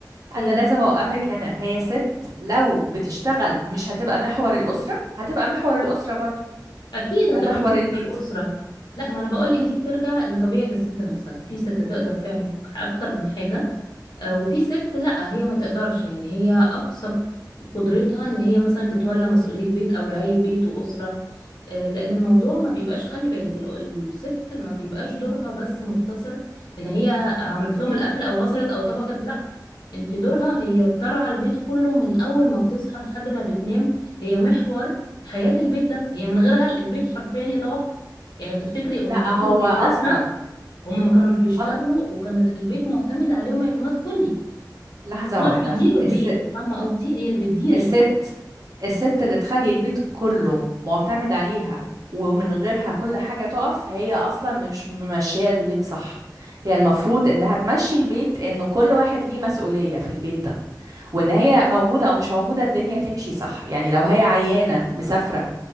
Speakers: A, on the right; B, on the left.
A: أنا
B: أوكي.
A: لازم أوقفك هنا هي ست لو بتشتغل مش هتبقى محور الأسرة هتبقى محور الأسرة برضو
B: أكيد هتبقى
A: ومحور
B: محور
A: البيت
B: الأسرة لا ما أنا بقول
A: مم.
B: لك دي بترجع لطبيعة الست نفسها في ست تقدر تعمل أكتر من حاجة آه، وفي ست لا هي ما تقدرش يعني هي اقصى قدرتها ان هي مثلا تتولى مسؤولية بيت او رعاية بيت واسرة آه، لان الموضوع ما بيبقاش خلي بالك ال- الست ما بيبقاش دورها بس مقتصر ان هي عملت لهم الاكل او غسلت او طبخت لا انت دورها هي بترعى البيت كله من اول ما بتصحى لحد ما بتنام هي محور حياة البيت ده هي من غيرها البيت حرفيا يتوقف يعني لو تفتكري
A: لا
B: امهاتنا
A: هو
B: وجداتنا
A: أصلا
B: هم ما كانوش بيشتغلوا
A: أ-
B: وكانت البيت معتمد عليهم اعتماد كلي
A: لحظة
B: هما
A: واحدة
B: اللي بيديروا
A: الس...
B: البيت فاهمة قصدي هي اللي بتدير
A: الست
B: البيت
A: الست اللي تخلي البيت كله معتمد عليها ومن غيرها كل حاجة تقف هي أصلا مش ماشية البيت صح هي المفروض إنها تمشي البيت إنه كل واحد ليه مسؤولية في البيت ده وإن هي موجودة أو مش موجودة الدنيا تمشي صح يعني لو هي عيانة مسافرة